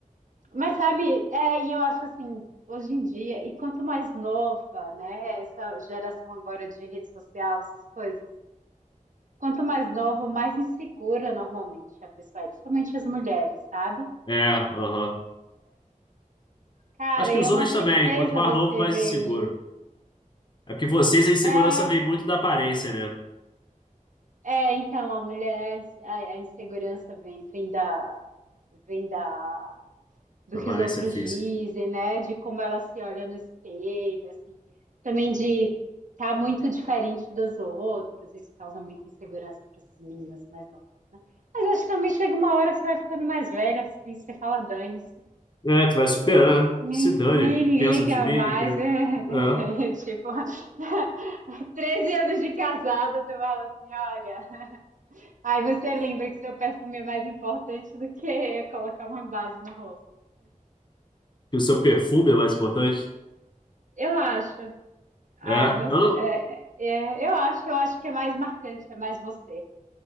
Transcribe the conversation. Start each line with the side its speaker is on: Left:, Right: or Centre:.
Right: Mas sabe, é, e eu acho assim, hoje em dia, e quanto mais nova, né, essa geração agora de rede social, essas coisas. Quanto mais nova, mais insegura normalmente a pessoa é, principalmente as mulheres, sabe?
Left: É, aham.
Right: Cara,
Left: Acho que
Right: e
Left: os
Right: é uma
Left: homens
Right: tristeza
Left: também. Quanto mais
Right: você
Left: novo, mais
Right: ver
Left: inseguro.
Right: isso.
Left: É porque vocês, a insegurança
Right: É,
Left: vem muito da aparência, né?
Right: é, então a mulher, a, a insegurança vem, vem da, vem da, do
Left: da
Right: que
Left: aparência
Right: os outros
Left: física.
Right: dizem, né? De como ela se olha no espelho, assim. Também de estar tá muito diferente dos outros. Isso causa muita insegurança para essas meninas mais novas, né? Mas acho que também chega uma hora que você vai ficando mais velha, assim, você fala, dane-se.
Left: É, tu vai superar.
Right: Nem,
Left: Se dane.
Right: nem
Left: que pensa
Right: liga
Left: de mim?
Right: mais.
Left: O que quer?
Right: <laughs>
Left: É.
Right: Tipo, <laughs> 13 anos de casada, você fala assim, olha. Aí você lembra que seu perfume é mais importante do que colocar uma base no rosto.
Left: Que o seu perfume é mais importante.
Right: Eu acho. Ah,
Left: É.
Right: não
Left: Eu
Right: sei.
Left: não...
Right: É, é, eu acho, eu acho que é mais marcante, é mais você.